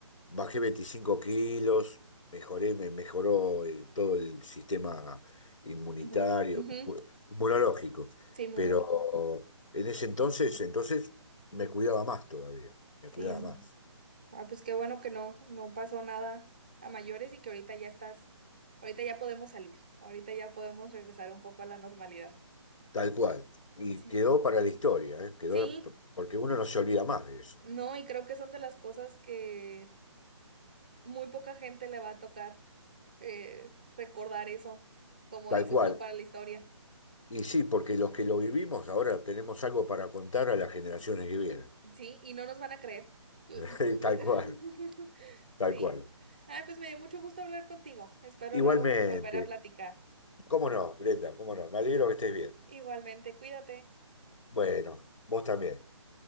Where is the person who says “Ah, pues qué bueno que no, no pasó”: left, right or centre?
Right